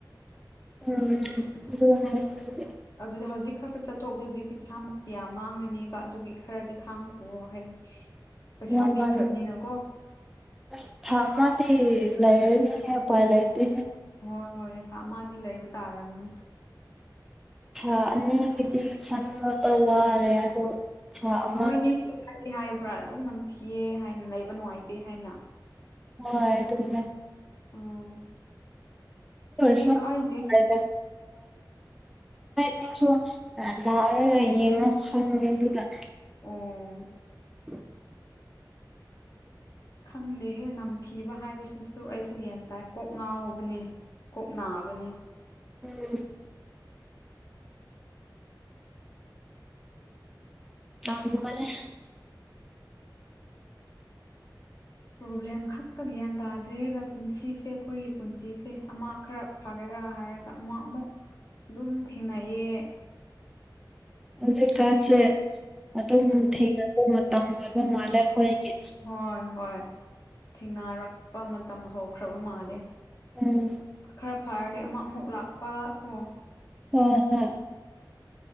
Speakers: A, in the centre; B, on the left.
A: ꯎꯝ ꯍꯥꯏ <inaudible>
B: ꯑꯗꯨꯗ ꯍꯧꯖꯤꯛ ꯈꯛꯇ ꯆꯠꯊꯣꯛꯗꯤ ꯍꯧꯖꯤꯛꯇꯤ ꯄꯩꯁꯥ ꯌꯥꯝ ꯃꯥꯡꯉꯅꯦꯕ ꯑꯗꯨꯒꯤ ꯈꯔꯗꯤ ꯈꯥꯡꯈꯣꯑꫭꫭ ꯍꯥꯏꯕꯗꯤ ꯄꯩꯁꯥ
A: ꯋꯥ
B: ꯄꯤꯈ꯭ꯔꯕꯅꯤꯅꯀꯣ
A: ꯋꯥ <inaudible> ꯑꯁ ꯊꯥ ꯑꯃꯗꯤ ꯂꯩꯔꯅꯤ ꯎꯄꯥꯏ ꯂꯩꯇꯦ
B: ꯍꯣꯏ ꯍꯣꯏꯅꯦ ꯊꯥ ꯑꯃꯗꯤ ꯂꯩꯕ ꯇꯥꯔꯝꯅꯤ
A: ꯊꯥ ꯑꯅꯤꯒꯤꯗꯤ ꯈꯥꯟꯕꯗ ꯋꯥꯔꯦ ꯑꯗꯣ ꯊꯥ
B: ꯑꯣ
A: ꯑꯃꯗ
B: ꯃꯣꯏꯅꯤꯁꯨ ꯍꯥꯏ ꯍꯥꯏꯕ꯭ꯔꯥ ꯑꯗꯨꯝ ꯅꯝꯊꯤꯑ ꯍꯥꯏꯅ ꯂꯩꯕ ꯅꯨꯡꯉꯥꯏꯇꯦ ꯍꯥꯏꯅ
A: ꯍꯣꯏ ꯑꯗꯨꯝꯅ‌ꯦ
B: ꯎꯝ ꯑꯗꯨꯗꯤ
A: ꯁꯨ
B: ꯀꯥꯏꯗꯦ
A: ꯎ ꯂꯩ ꯅꯥꯏꯁꯨ <inaudible> ꯂ ꯌꯦꯉꯣ ꯍꯪꯗꯨꯗ <inaudible>
B: ꯑꯣ
A: <unintelligible>
B: ꯈꯪꯗꯦꯍꯦ ꯅꯝꯊꯤꯕ ꯍꯥꯏꯕꯁꯤꯁꯨ ꯑꯩꯁꯨ ꯌꯦꯟ ꯇꯥꯏ ꯀꯣꯛ ꯉꯥꯎꯕꯅꯦ ꯀꯣꯛ ꯅꯥꯕꯅꯦ
A: ꯎꯝ ꯆꯥꯡ ꯕꯅꯦ <inaudible>
B: ꯄ꯭ꯔꯣꯕ꯭ꯂꯦꯝ ꯈꯛꯇ ꯒ꯭ꯌꯥꯟ ꯇꯥꯗ꯭ꯔꯦ ꯄꯨꯟꯁꯤꯁꯦ ꯑꯩꯈꯣꯏꯒꯤ ꯄꯨꯟꯁꯤꯁꯦ ꯑꯃ ꯈꯔ ꯐꯒꯦꯔꯥ ꯍꯥꯏꯔꯒ ꯑꯃꯨ ꯑꯃꯨꯛ
A: ꯎ <unintelligible>
B: ꯑꯗꯨꯝ ꯊꯦꯡꯅꯩꯌꯦ
A: ꯍꯧꯖꯤꯛꯀꯥꯟꯁꯦ ꯑꯗꯨꯝ
B: ꯑꯗꯨꯅꯤ
A: ꯊꯦꯡꯅꯕ ꯃꯇꯝ ꯑꯣꯏꯕ ꯃꯥꯜꯂꯦ ꯑꯩꯈꯣꯏꯒꯤ
B: ꯍꯣꯏ ꯍꯣꯏ ꯊꯦꯡꯅꯔꯛꯄ ꯃꯇꯝ ꯍꯧꯈ꯭ꯔꯕ ꯃꯥꯂꯦ
A: ꯎꯝ
B: ꯈꯔ ꯐꯔꯗꯤ ꯑꯃꯨꯛ ꯑꯃꯨꯛ ꯂꯥꯛꯄ ꯀꯣ
A: ꯍꯣꯢ ꯍꯣꯢ